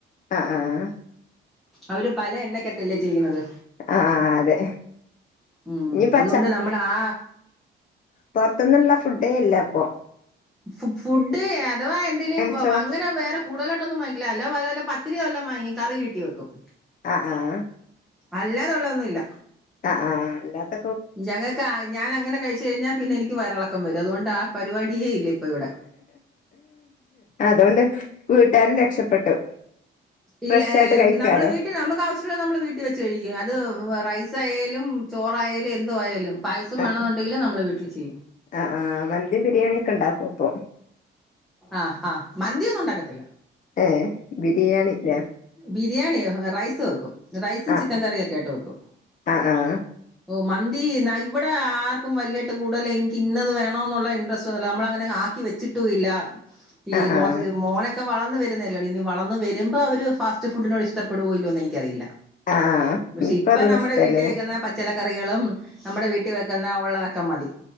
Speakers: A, on the left (about 40°); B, in the centre.
A: ആഹ് ആഹ്
B: അവര് പല എണ്ണക്കത്തല്ലേ ചെയ്യുന്നത്.
A: ആഹ് ആഹ് അതെ
B: ഉം
A: ഇനിയിപ്പ
B: അതോണ്ട് നമ്മള് ആ
A: പൊറത്തന്നുള്ള ഫുഡേ ഇല്ല അപ്പൊ?
B: ഫു ഫുഡ് അഥവാ എന്തേലും
A: നനച്ചോ
B: വ വ അങ്ങനെ വേറെ കൂടുതലാട്ടൊന്നും വാങ്ങിക്കില്ല അല്ല വേറല്ല പത്തിരിയോ വല്ലോം വാങ്ങി കറി വീട്ടിൽ വെക്കും.
A: ആഹ് ആഹ്
B: അല്ലാനുള്ളോന്നുല്ല.
A: ആഹ് ആഹ് അല്ലാത്ത
B: ഞങ്ങൾക്ക് ആ ഞാൻ അങ്ങനെ കഴിച്ചു കഴിഞ്ഞാൽ പിന്നെ എനിക്ക് വയറിളക്കം വരും അതുകൊണ്ട് ആ പരിപാട്യേ ഇല്ല. ഇപ്പൊ ഇവിടെ
A: അതോണ്ട് വീട്ടാരും രക്ഷപ്പെട്ടു.
B: ഇല്ല
A: ഫ്രഷ്
B: ഏഹ്
A: ആയിട്ട് കഴിക്കാലോ
B: നമ്മള് ഇത് നമുക്ക് ആവശ്യള്ളത് നമ്മള് വീട്ടിൽ വെച്ച് കഴിക്കും അത് റൈസായാലും ചോറായാലും എന്തോ ആയാലും പായസം
A: ആ
B: വേണെന്നുണ്ടെങ്കിൽ നമ്മള് വീട്ടിൽ ചെയ്യും
A: ആഹ് ആഹ് മന്തിം ബിരിയാണി ഒക്കെ ഇണ്ടാക്കും അപ്പൊ
B: ആഹ് ആഹ് മന്തിയൊന്നും ഉണ്ടാക്കത്തില്ല
A: ഏഹ് ബിരിയാണില്ലേ
B: ബിരിയാണി റൈസ് വെക്കും റൈസും
A: ആഹ്
B: ചിക്കൻ കറിയൊക്കെ ആയിട്ട് വെക്കും
A: ആഹ് ആഹ്
B: ഓ മന്തി ഇന്ന ഇവിടെ ആർക്കും വല്യയിട്ട് കൂടുതലും എനിക്ക് ഇന്നത് വേണോന്നുള്ള ഇൻട്രസ്റ്റ് ഒന്നുല്ല നമ്മള് അങ്ങനെങ്ങ് ആ ക്കിവെച്ചിട്ടുല്ല ഈ
A: ആഹ്
B: ഹോസ്
A: ആഹ്
B: മോനെക്കെ വളർന്ന് വരുന്നല്ലേ ഉള്ളൂ ഇനി വളർന്ന് വരുമ്പോ അവര് ഫാസ്റ്റ് ഫുഡിനോട് ഇഷ്ടോ ഇല്ല്യോന്ന് എനിക്കറിയില്ല
A: ആഹ്
B: പക്ഷെ
A: ഇപ്പ
B: ഇപ്പം
A: അതൊന്നും
B: നമ്മടെ
A: ഇഷ്ടല്ലല്ലേ
B: വീട്ടി വെക്കുന്ന പ ച്ചെല കറികളും നമ്മടെ വീട്ടിൽ വെക്കുന്ന ഉള്ളതൊക്കെ മതി